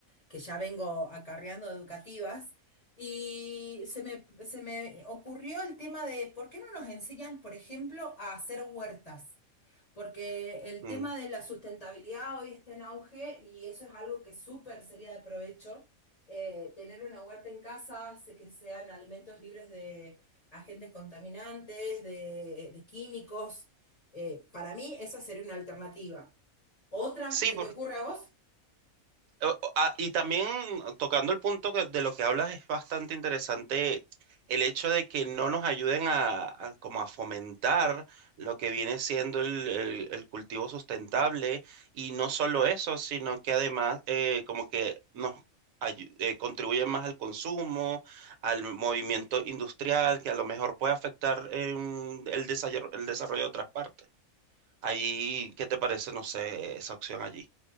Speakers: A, on the left (about 35°); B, on the right (about 75°).
A: que ya vengo acarreando educativas. Y se me, se me ocurrió el tema de por qué no nos enseñan, por ejemplo, a hacer huertas porque el
B: Mm.
A: tema de la sustentabilidad hoy está en auge y eso es algo que súper sería de provecho. Eh, tener una huerta en casa hace que sean alimentos libres de agentes contaminantes, de, de químicos. Eh, para mí esa sería una alternativa. ¿Otra?
B: Sí,
A: ¿Se te ocurre a vos?
B: O- o- ah, y también ah, tocando el punto que- de lo que hablas es bastante interesante el hecho de que no nos ayuden a, a como a fomentar lo que viene siendo el, el- el cultivo sustentable y no solo eso, sino que además eh, como que nos ayu- eh, contribuyen más al consumo, al movimiento industrial que a lo mejor puede afectar en el desarrollo, el desarrollo de otras partes. Ahí, ¿qué te parece, no sé, esa opción allí?